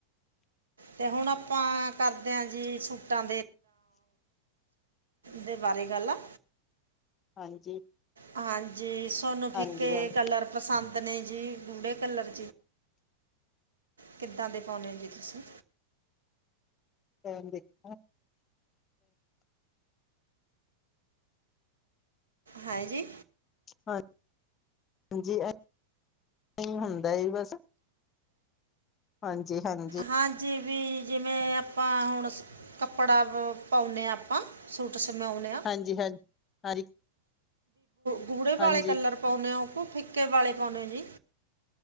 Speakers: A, on the right (about 70°); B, on the left (about 25°).
A: ਤੇ ਹੁਣ ਆਪਾਂ ਕਰਦੇ ਹਾਂ ਜੀ ਸੂਟਾਂ ਦੇ ਬਾਰੇ ਗੱਲ ਆ
B: ਹਾਂਜੀ।
A: ਹਾਂਜੀ। ਸੋਨੂੰ
B: ਹਾਂਜੀ
A: ਫਿੱਕੇ
B: ਹਾਂਜੀ
A: ਕਲਰ ਪਸੰਦ ਨੇ ਜਾਂ ਗੂੜੇ ਕਲਰ। ਕਿੱਦਾਂ ਦੇ ਪਾਉਂਨੇ ਹੋ ਜੀ ਤੁਸੀਂ?
B: ਟਾਈਮ ਦਿਖੋ।
A: ਹਾਂਜੀ।
B: ਹਾਂ। ਹਾਂਜੀ। ਨਹੀਂ ਹੁੰਦਾ। ਬਸ। ਹਾਂਜੀ। ਹਾਂਜ
A: ਹਾਂਜੀ। ਵੀ ਜਿਵੇਂ ਆਪਾਂ ਹੁਣ ਕੱਪੜਾ ਪਾਉਂਦੇ ਹਾਂ ਆਪਾਂ। ਸੂਟ ਸਿਵਾਉਂਦ
B: ਹਾਂਜੀ ਹਾਂਜੀ ਹਾਂਜੀ
A: ਗੂੜੇ ਵਾਲੇ
B: ਹਾਂਜੀ
A: ਕਲਰ ਪਾਉਂਨੇ ਹੋ। ਕੋ ਫਿੱਕੇ ਵਾਲੇ ਪਾਉਂਦੇ ਹੋ ਜੀ।